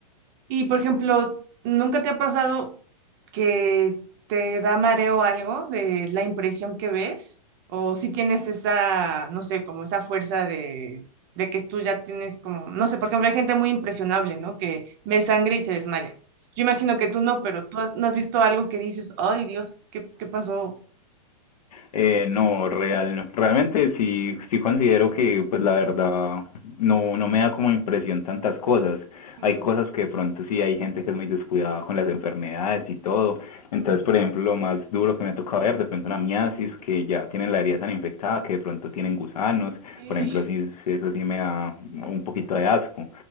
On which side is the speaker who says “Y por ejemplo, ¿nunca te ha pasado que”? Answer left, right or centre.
Right